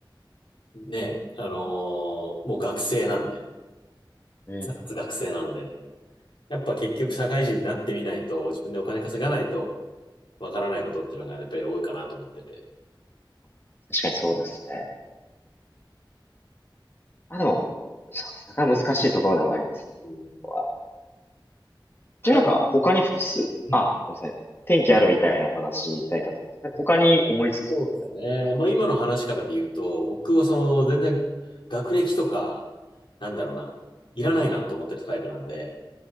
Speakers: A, on the left; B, on the left.
A: ね、あのーもう学生なんで、
B: うん。
A: 脱学生なんで、やっぱ結局社会人になってみないと、
B: うん
A: 自分でお金稼がないと、わからないことっていうのがやっぱり多いかなと思ってて。
B: 確かにそうですね。あ、でも、そうですね。なかなか難しいところではありますね。
A: うん、
B: ここはじゃあなんか他に複数、
A: まだ、うん
B: あ、ごめんなさい。天気あるみたいなお話いただいたと思うんですね。なんか他に思いつくところってあります
A: そうですね。まあ今の話からで言うと、僕はその全然学歴とか、なんだろうな、いらないなと思ってたタイプなんで、